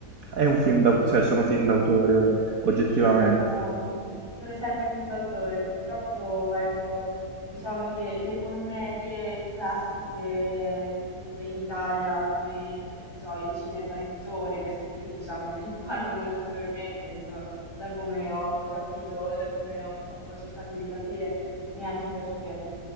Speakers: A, on the right; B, on the left.
A: è un film d'autore, cioè sono film d'autore, eh, oggettivamente.
B: Sì, sono, sono sempre film d'autore. Purtroppo, ecco, diciamo che le commedie classiche viste in Italia, come, che ne so, i cinepanettone, queste qui, diciamo che <laughs> non fanno molto per me, penso, da come ho capito, da come ho ho un po' cercato di capire, neanche per te.